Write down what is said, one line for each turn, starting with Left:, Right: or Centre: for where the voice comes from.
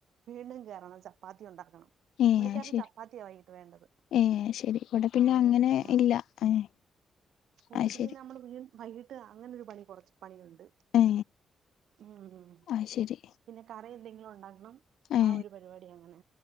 Right: വീണ്ടും കയറണം ചപ്പാത്തി ഉണ്ടാക്കണം
Left: ഏഹ്
Right: പുള്ളിക്കാരന്
Left: അത് ശരി
Right: ചപ്പാത്തിയാ വൈകിട്ട് വേണ്ടത്
Left: ഏഹ് അത് ശരി ഇവിടെ പിന്നെ
Right: ആ
Left: അങ്ങനെ
Right: ആ
Left: ഇല്ല ഏഹ്
Right: ഓ
Left: അത്
Right: ഇത്
Left: ശരി
Right: പിന്നെ നമ്മള് വീ വൈകിട്ട് അങ്ങനൊരു പണി കൊറച്ച് പണിയുണ്ട്
Left: ഏ
Right: ഉം
Left: അത് ശരി
Right: പിന്നെ കറി എന്തെങ്കിലും ഉണ്ടാക്കണം
Left: ഏ
Right: ആഹ് ഒരു പരിപാടി അങ്ങനെ